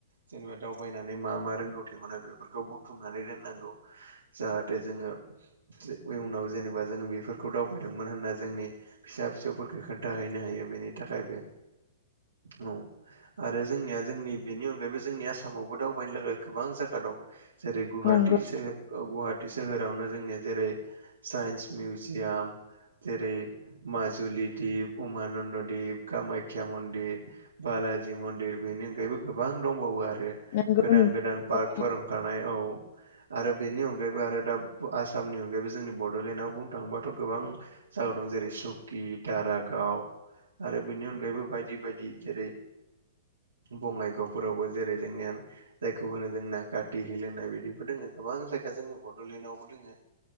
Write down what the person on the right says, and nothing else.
जेनेबा दावबायनानै मा मा रोंगौथि मोनो बेफोरखौ बुथुमनानै दोननांगौ। जाहाथे जोङो उयनाव जेनेबा जोङो बेफोरखौ दावबायदोंमोन होनना जोंनि। फिसा फिसौफोरखौ खोन्थाहैनो हायो बेनि थाखायबो औ आरो जोंनिया जोंनि बेनि अनगायैबो जोंनि आसामावबो दावबायनो थाखाय गोबां जायगा दं। जे रै गुवाहाटिस
गुवाहाटि सोहोरावनो जोंनिया जेरै साइन्स मिउजियाम जेरै माजुलि दीप उमानन्द दिप कामााख्या मन्दिर बालाजि मन्दिर बेनि अनगायैबो गोबां दंबावो आरो
गोदान
गोदान पार्क फोरोंखानाय औ आरो बेनि अनगायैबो आरो दा आसामनि अनगायैबो जोंनि बड'लेण्डआव बुंनो थांबाथ' गोबां जायगा दं जेरै सुकि दारागाव आरो बेनि अनगायैबो बायदि बायदि जेरै बङाइगावफोरावबो जेरै जोंनियानो जायखौ होनो जोंनाा काथि हेल होननाय बिदिबो दङ गोबां जायगा जोंनि बड'लेण्डआवबो दोङो